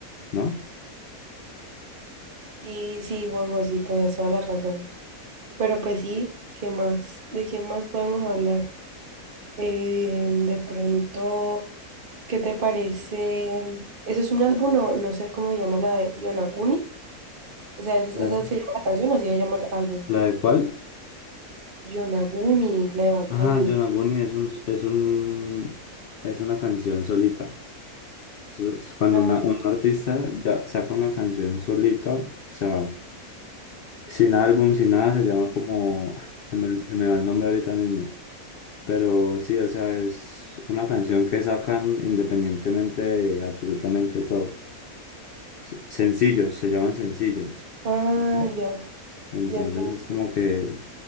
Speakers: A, on the left (about 85°); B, on the right (about 45°).
A: ¿no?
B: Sí, sí, Juanjo, sí, tienes toda la razón. Pero pues sí, ¿qué más? ¿De quién más podemos hablar? Eh, de pronto, ¿qué te parece? ¿Eso es un álbum? No, no sé cómo se llama la de Yonaguni. O sea, ¿esa
A: Vale.
B: esa se llama la canción o así se llama el álbum?
A: ¿La de cuál?
B: Yonaguni, la de Bad
A: Ajá,
B: Bunny.
A: Yonaguni es un, es un, es una canción solita. Eso es Cuando
B: Ah,
A: una- un artista ya saca una canción solita, o sea, sin álbum, sin nada, se llama como, ah, se me, se me va el nombre ahorita mismo, pero sí, o sea, es una canción que sacan independientemente de absolutamente todo. Se- Sencillos, se llaman sencillos.
B: ah,
A: Ujú.
B: ya,
A: Entonces
B: ya entendí.
A: es como que